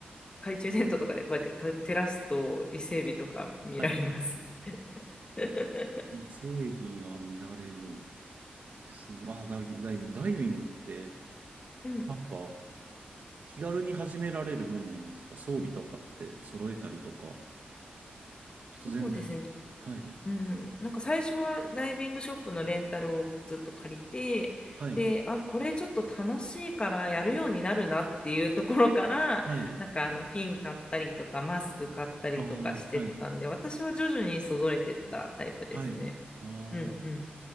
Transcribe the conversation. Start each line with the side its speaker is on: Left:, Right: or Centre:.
Left: 懐中電灯とかでこうやってと照らすと伊勢海老とか見られます。
Right: はい。
Left: <laughs>
Right: 伊勢海が見られるんですね。まあ、ダイビング、ダイビング、ダイビングって、
Left: うん、
Right: なんか、気軽に始められるもんなんですか装備とかって揃えたりとか。ちょっと全然。
Left: そうですね。
Right: はい。
Left: うん、なんか最初はダイビングショップのレンタルをずっと借りて、
Right: はい。
Left: で、あ、これちょっと楽しいからやるようになるなっていうところから、
Right: はい。
Left: なんかあのフィン買ったりとかマスク買ったりとかしてったんで、
Right: ああ、はい。
Left: 私は徐々にそぞれてったタイプですね。
Right: はい。あ
Left: うんうん。